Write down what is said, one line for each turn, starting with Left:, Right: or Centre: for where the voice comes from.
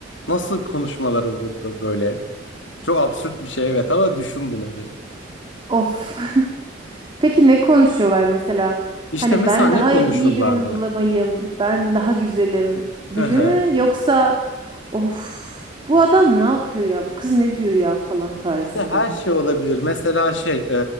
Left: Nasıl konuşmalar olurdu böyle? Çok absürt bir şey evet ama düşün bunu bir.
Right: Of. <laughs> Peki ne konuşuyorlar mesela?
Left: İşte
Right: Hani
Left: mesela
Right: ben
Left: ne
Right: daha
Left: konuşurlardı?
Right: iyi bir uygulamayım, ben daha güzelim
Left: Hı
Right: gibi
Left: hı.
Right: mi? Yoksa of bu adam ne yapıyor ya? Bu kız ne diyor ya falan tarzında
Left: İşte her
Right: mı?
Left: şey olabilir. Mesela şey, e,